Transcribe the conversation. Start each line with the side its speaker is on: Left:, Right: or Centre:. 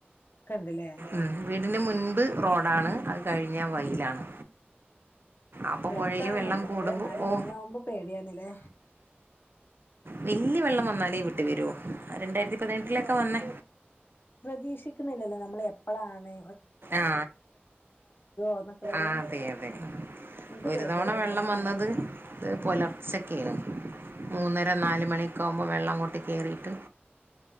Left: ഒക്കെണ്ട്ല്ലേ
Right: മ്മ് വീ അതിന്റെ മുൻമ്പ് റോടാണ് അത് കഴിഞ്ഞാ വയലാണ് അപ്പോൾ
Left: രസാണ്
Right: പുഴയിൽ വെള്ളം
Left: പക്ഷെ
Right: കൂടുമ്പോൾ
Left: എന്നാലും
Right: ഓ
Left: ഇങ്ങനെയാവുമ്പോ പേടിയാണല്ലേ
Right: വെല്ല്യ വള്ളം വന്നാലേ വീട്ടി വരൂ ആ രണ്ടായിരത്തിപ്പതിനെട്ടിലൊക്കെ വന്നെ
Left: പ്രതീഷിക്കണില്ലല്ലോ നമ്മളെപ്പളാണ്
Right: ആ
Left: എന്നൊക്കെള്ളൊരു
Right: അതെയതെ
Left: ഇൻക്ക്
Right: ഒരു
Left: പേടിയാണ്
Right: തവണ വെള്ളം
Left: മഴ ഇങ്ങനെ
Right: വന്നത് പോലർച്ചക്കേനു മൂന്നര
Left: ആഹ്
Right: നാല് മണി ക്കാവുമ്പോ വെള്ളങ്ങോട്ട് കേറീട്ട്